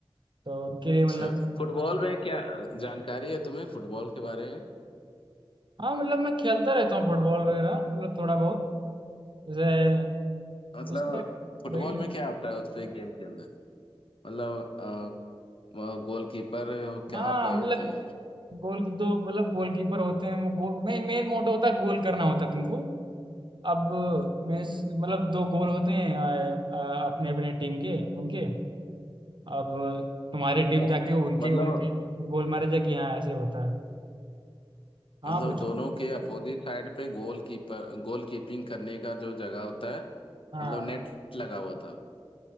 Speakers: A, on the right; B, on the left.
A: तो उनके लिए मतलब
B: अच्छा फुटबॉल में क्या अ, जानकारी है तुम्हें फुटबॉल के बारे में
A: हाँ मतलब मैं खेलता रहता हूँ फुटबॉल वगैरह मतलब थोड़ा बहुत जैसे
B: मतलब
A: उसमें
B: फुटबॉल
A: भाई
B: में क्या आता है उस पे गेम के अंदर मतलब गोलकीपर कहाँ
A: हाँ
B: पे
A: मतलब
B: होते हैं
A: गोल दो मतलब गोलकीपर होते हैं वो गोल मैं मेन मोटो होता है गोल करना होता है तुमको अब मैं मतलब दो गोल होते हैं आ, आ, अपने अपने टीम के उनके अब तुम्हारी
B: अच्छा,
A: टीम जाके उनके
B: मतलब
A: उनके गोल मारे जाके हाँ ऐसे होता है हाँ
B: मतलब
A: पूछो
B: दोनों के अपोजिट साइड पे गोलकीपर गोलकीपिंग करने का जो जगह होता है
A: हाँ
B: मतलब नेट लगा हुआ होता